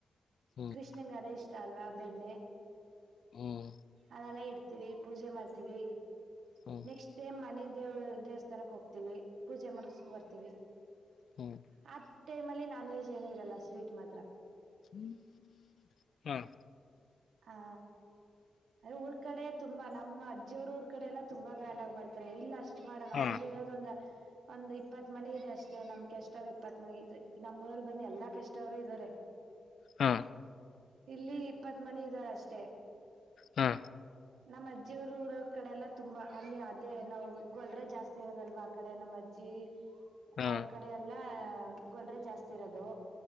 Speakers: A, on the left (about 65°); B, on the right (about 85°).
A: ಹ್ಮ್
B: ಕೃಷ್ಣ ಅದೆ ಇಷ್ಟ ಹಲ್ವಾ ಬೆಣ್ಣೆ
A: ಹ್ಮ್
B: ಅಲ್ಲಲ್ಲ ಇಡ್ತೀವಿ ಪೂಜೆ ಮಾಡ್ತೀವಿ ತಿವಿ
A: ಹ್ಮ್
B: ನೆಕ್ಸ್ಟ್ ಟೈಮ್ ಮನೆ ದೇವ ದೇವಸ್ಥಾನಕ್ ಹೋಗ್ತೀವಿ ಪೂಜೆ ಮಾಡಿಸಕೊ ಬರ್ತೀವಿ
A: ಹ್ಮ್
B: ಆ ಟೈಮಲ್ಲಿ ನಾನ್ ವೆಜ್ ಏನು ಇರಲ್ಲ ಸ್ವೀಟ್ <inaudible> ಮಾತ್ರ
A: ಹ್ಮ್ ಹ್ಮ್
B: ಹಾ ಅ ಊರ್ ಕಡೆ ತುಂಬಾ ನಮ್ಮ ಅಜ್ಜಿಯ ಅವ್ರ ಊರ್ ಕಡೆ ಎಲ್ಲ ತುಂಬಾ ಗ್ರಂಡ್ ಆಗ್ ಮಾಡ್ತಾರೆ ಇಲ್ಲಷ್ಟ ಷ್ಟ ಮಾಡಲ್ಲ
A: ಹಾ
B: ಇಲ್ಲಿ ಇರೋದ ಒಂದ ಒಂದ್ ಇಪ್ಪತ್ ಮನೆ ಇದೆ ಅಷ್ಟೇ ನಮ್ ಕೆಷ್ಟವ್ರು ಇಪ್ಪತ್ ಮನೆ ಇದ್ರ ನಮ್ಮ್ ಊರಲ್ಲಿ ಬಂದ್ ಎಲ್ಲಾ ಕೆಷ್ಟವ್ರು ಇದ್ದಾರೆ
A: ಹಾ
B: ಇಲ್ಲಿ ಇಪ್ಪತ್ ಮನೆ ಇದ್ದಾರ ಅಷ್ಟೇ
A: ಹಾ
B: ನಮ್ಮ್ ಅಜ್ಜಿಯವ್ರ ಊರ ಕಡೆ ಎಲ್ಲ ತುಂಬಾ ಅಲ್ಲಿ ಅದೇ ನಾವು ಗೊಲ್ರೆೆ ಜಾಸ್ತಿ ಇರೋದಲ್ವಾ ಆ ಕಡೆ ನಮ್ಮ್ ಅಜ್ಜಿ
A: ಹಾ
B: ಅವ್ರ ಕಡೆ ಅಲ್ಲ ಗೊಲ್ರೆೆ ಜಾಸ್ತಿ ಇರೋದು